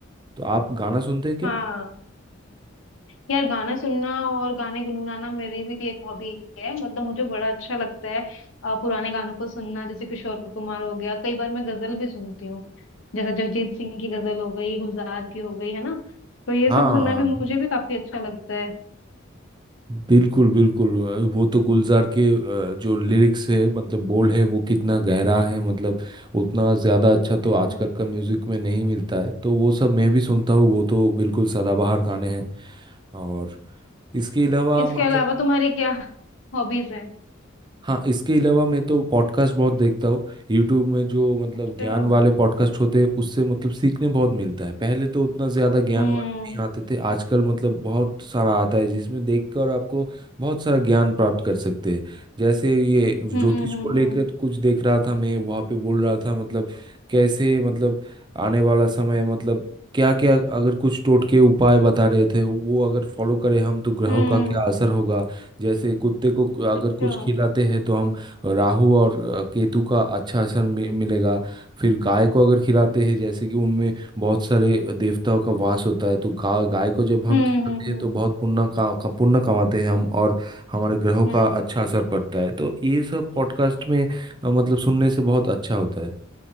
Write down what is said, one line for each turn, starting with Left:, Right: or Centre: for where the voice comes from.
Right: तो आप गाना सुनते हैं क्या
Left: हाँ यार गाना सुनना और गाने गुनगुनाना मेरी भी एक हॉबी है मतलब मुझे बड़ा अच्छा लगता है अ, पुराने गानों को सुनना जैसे किशोर कुमार हो गया कई बार मैं गजल भी सुनती हूँ जैसे जगजीत सिंह की गजल हो गई गुलजार की हो गई है ना तो ये
Right: हाँ
Left: सब सुनना भी मुझे भी काफी अच्छा लगता है
Right: बिल्कुल बिल्कुल अ, वो तो गुलजार के अ, जो लिरिक्स है मतलब बोल है वो कितना गहरा है मतलब उतना ज़्यादा अच्छा तो
Left: हम्म
Right: आजकल का म्यूज़िक में नहीं मिलता है तो वो सब मैं भी सुनता हूँ वो तो बिल्कुल सदाबहार गाने हैं और इसके अलावा
Left: इसके
Right: मतलब
Left: अलावा तुम्हारी क्या हॉबीज हैं
Right: हाँ इसके अलावा मैं तो पॉडकास्ट बहुत देखता हूँ यूट्यूब में जो मतलब
Left: अच्छा
Right: ज्ञान वाले पॉडकास्ट होते हैं उससे मतलब सीखने बहुत मिलता है पहले तो उतना ज़्यादा ज्ञान
Left: हम्म
Right: वाले नहीं आते थे आजकल मतलब बहुत सारा आता है जिसमें देखकर आपको बहुत सारा ज्ञान प्राप्त कर सकते हैं जैसे ये
Left: हम्म
Right: ज्योतिष
Left: हम्म
Right: को
Left: हम्म
Right: लेकर कुछ देख रहा था मैं वहाँ पे बोल रहा था मतलब कैसे मतलब आने वाला समय मतलब क्या क्या अगर कुछ टोटके उपाय बता रहे थे वो अगर फॉलो करें हम तो ग्रहों
Left: हम्म,
Right: का क्या असर होगा जैसे कुत्ते को कु- अगर
Left: अच्छा
Right: कुछ खिलाते हैं तो हम राहु और अ, केतु का अच्छा असर मि- मिलेगा फिर गाय को अगर खिलाते हैं जैसे कि उनमें बहुत सारे देवताओं का वास होता है तो गाय गाय को जब हम
Left: हम्म
Right: खिलाते
Left: हम्म हम्म
Right: हैं तो बहुत पुण्य का, का पुण्य कमाते हैं हम और हमारे ग्रहों
Left: हम्म
Right: का अच्छा असर पड़ता है तो ये सब पॉडकास्ट में अ, मतलब सुनने से बहुत अच्छा होता है